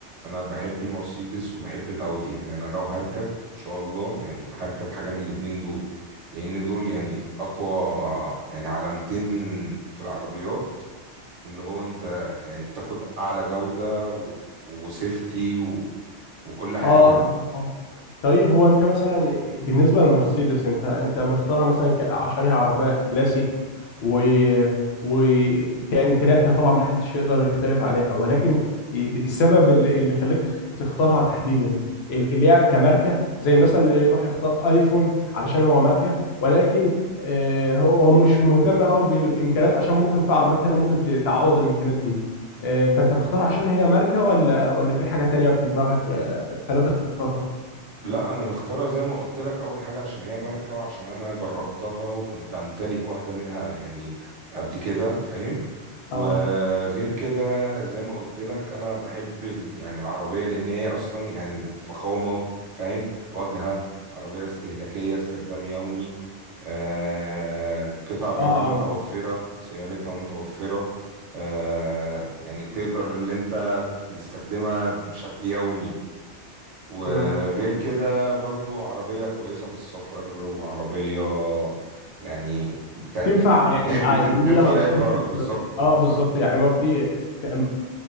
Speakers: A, on the right (about 85°); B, on the left (about 70°).
A: انا بحب المرسيدس وبحب الاودي يعني انا لو هركب ان شاء الله يعني هركب حاجة من الاتنين دول لان دول يعني اقوى يعني علامتين في العربيات اللي هو انت يعني بتاخد اعلى جودة و... وسيفتي و... وكل حاجة
B: اه طيب هو انت مثلا بالنسبه للمرسيدس انت انت مختارها مثلا ك- عشان هي عربيه كلاسيك و وكامكانياتها طبعا ما حدش يقدر يختلف عليها ولكن السبب اللي اللي خلاك تخ- تختارها تحديدا اللي هي كماركه زي مثلا اللي يروح يختار ايفون علشان هو ماركه ولكن آه، هو هو مش مهتم قوي بالامكانيات عشان ممكن في عربيات تانيه ممكن ت- تعوض الامكانيات دي آه، فانت مختارها عشان هي ماركه ولا ولا في حاجه تانيه في دماغك آه، خلتك تختارها؟
A: لا انا مختارة زي ما قلت لك اول حاجة عشان هي ماركة وعشان انا جربتها وكنت امتلك واحدة منها يعني قبل كده فاهم
B: اه
A: وغير كده زي ما قلت لك انا بحب ال- يعني العربيه لان هي اصلا يعني فخامه فاهم واجهه عربيه استهلاكيه استخدام يومي آه قطع غيارها
B: اه
A: متوفره
B: اه
A: صيانتها متوفره آه يعني تقدر اللي انت تستخدمها بشكل يومي وغير
B: أمم.
A: كده برضو عربيه كويسه في السفر وعربيه يعني بتا...
B: تنفع
A: يعني
B: عائل-
A: بتن-
B: عائليه
A: بت- بتنفع
B: وبتنفع
A: لأي غرض بالظبط
B: شباب اه
A: بالظبط
B: بالظبط يعني ما في في- أم-